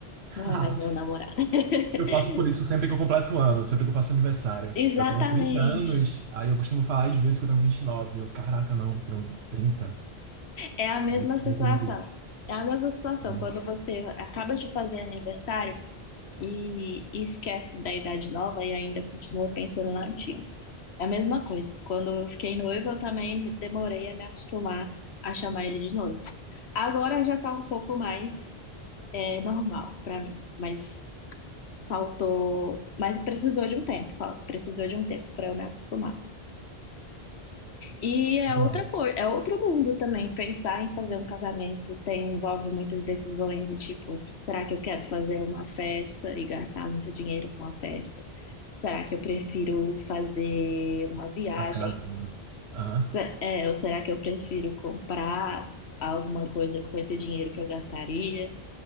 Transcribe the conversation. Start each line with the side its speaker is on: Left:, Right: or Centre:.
Right: <laughs>
Left: não é mais meu namorado. <laughs>
Right: Eu passo por isso sempre que eu completo ano, sempre que eu faço aniversário.
Left: Exatamente.
Right: Eu tenho 30 anos, aí eu costumo falar às vezes que eu tenho 29. Eu, caraca, não, tenho 30.
Left: É a mesma
Right: Aí,
Left: situação.
Right: eu tenho 20.
Left: É a mesma situação
Right: Uhum.
Left: quando você acaba de fazer aniversário e e esquece da idade nova e ainda continua pensando na antiga. É a mesma coisa. Quando eu fiquei noiva, eu também me- demorei a me acostumar a chamar ele de noivo. Agora já tá um pouco mais é, normal pra mim, mas Faltou, mas precisou de um tempo, fal- precisou de um tempo para eu me acostumar. E é
Right: Entendi.
Left: outra coisa, é outro mundo também. Pensar em fazer um casamento tem, envolve muitas decisões, do tipo, será que eu quero fazer uma festa e gastar muito dinheiro com a festa? Será que eu prefiro fazer uma viagem?
Right: A casa. nossa. Aham.
Left: Se- É, ou será que eu prefiro comprar alguma coisa com esse dinheiro que eu gastaria?